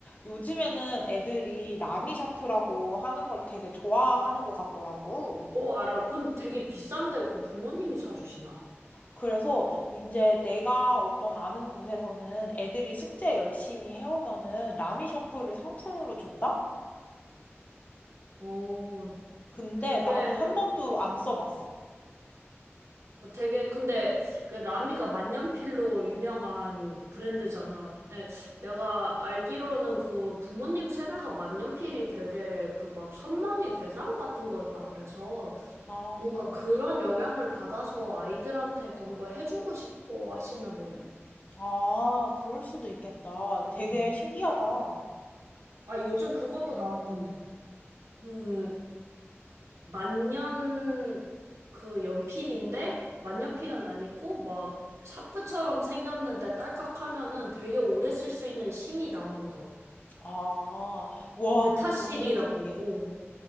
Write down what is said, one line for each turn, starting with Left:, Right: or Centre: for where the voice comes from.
Left: 요즘에는 애들이 라미샤프라고 하는 걸 되게 좋아하는 것 같더라고.
Right: 오, 알아. 그건 되게 비싼데, 그 부모님이 사주시나?
Left: 그래서 이제 내가 어떤 아는 곳에서는 애들이 숙제 열심히 해오면은 라미샤프를 상품으로 줬다?
Right: 어,
Left: 근데
Right: 되게
Left: 나는
Right: 어,
Left: 한 번도 안 써봤어.
Right: 되게 근데 그 라미가 만년필로 유명한 브랜드잖아. 근데 내가 알기로는 그 부모님 세대가 만년필이 되게 그 막 선망의 대상 같은 거였다 그래서
Left: 아,
Right: 뭔가 그런 영향을 받아서 아이들한테 그런 걸 해주고 싶어 하시나 보네.
Left: 아, 그럴 수도 있겠다.
Right: 음.
Left: 되게 신기하다. 어?
Right: 아, 요즘 그것도 나왔던데. 그 만년 그 연필인데 만년필은 아니고 막 샤프처럼 생겼는데 딸깍 하면은 되게 오래 쓸 수 있는 심이 나오는 거.
Left: 아, 와,
Right: 메타실이라고.
Left: 완전 신기해.
Right: 어.